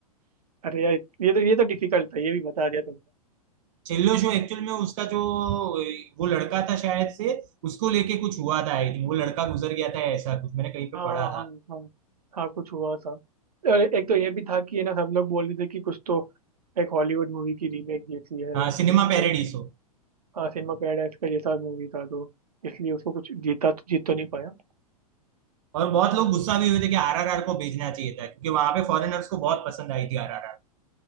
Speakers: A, on the right; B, on the right.
A: अरे यार ये तो ये तो डिफिकल्ट था ये भी बता दिया तुमने
B: छिल्लो शो एक्चुअल में उसका जो अ, वो लड़का था शायद से उसको लेके कुछ हुआ था आई थिंक वो लड़का गुजर गया था ऐसा कुछ मैंने कहीं पे
A: हाँ
B: पढ़ा
A: हाँ
B: था
A: हाँ हाँ कुछ हुआ था और एक तो ये भी था कि ये ना सब लोग बोल रहे थे कि कुछ तो एक हॉलीवुड मूवी की रीमेक जैसी है
B: हाँ
A: या तो
B: सिनेमा
A: कुछ
B: पैराडीस
A: तो
B: हो
A: हाँ सिनेमा पैराडाइस का जैसा मूवी था तो इसलिए उसको कुछ जीता तो जीत तो नहीं पाया
B: और बहुत लोग गुस्सा भी हुए थे कि आरआरआर को भेजना चाहिए था क्योंकि वहां पे फॉरेनर्स को बहुत पसंद आई थी आरआरआर